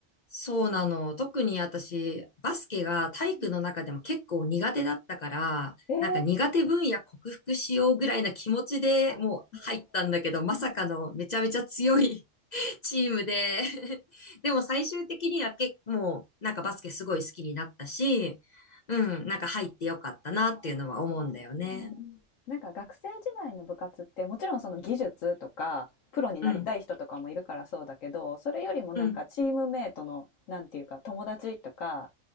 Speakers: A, on the left (about 50°); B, on the left (about 80°).
A: そうなの。特に私、バスケが体育の中でも結構苦手だったから、
B: うんえ
A: なんか苦手分野克服しようぐらいな気持ちでもう入ったんだけど、
B: えあ、うん
A: まさかのめちゃめちゃ強い
B: うん。うん。
A: <laughs> チームで <laughs> でも最終的には結構、もうなんかバスケすごい好きになったし、うん、なんか入ってよかったなっていうのは思うんだよね。
B: うんうん、なんか学生時代の部活ってもちろんその技術とかプロになりたい人とかもいるからそうだけどそれよりもなんかチームメートのなんていうか友達とか
A: うん、うん、